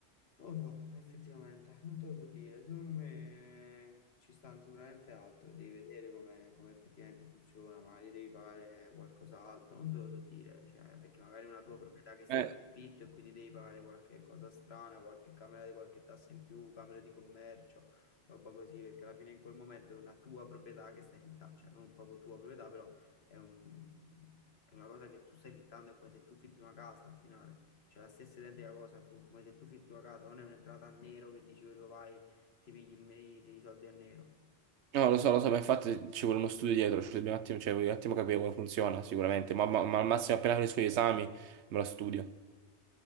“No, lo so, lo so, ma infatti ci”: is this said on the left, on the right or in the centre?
Right